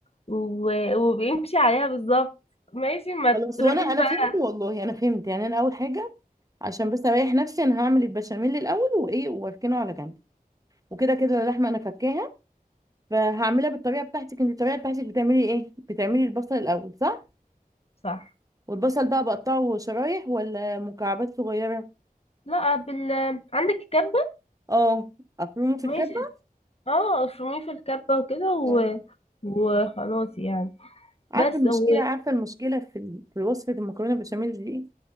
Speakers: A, on the left; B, on the right.
A: و- وبيمشي عليها بالظبط ماشي ما
B: خلاص
A: تروحيش
B: وانا انا
A: بقى
B: فهمت والله انا فهمت يعني انا اول حاجه عشان بس اريح نفسي انا هعمل البشاميل الاول وايه واركنه على جنب وكده كده اللحمه انا فكاها فهعملها بالطريقه بتاعتك انت الطريقه بتاعتك بتعملي ايه بتعملي البصل الاول صح
A: صح
B: والبصل بقى بقطعه شرايح ولا مكعبات صغيرة
A: لا بال عندك كبة
B: اه افرمه في
A: ماشي
B: الكبة
A: اه افرميه في الكبة وكده و...
B: طيب.
A: وخلاص يعني
B: عارفة
A: بس
B: المشكلة
A: هو
B: عارفة المشكلة في ال- في وصفة المكرونة بشاميل دي إيه؟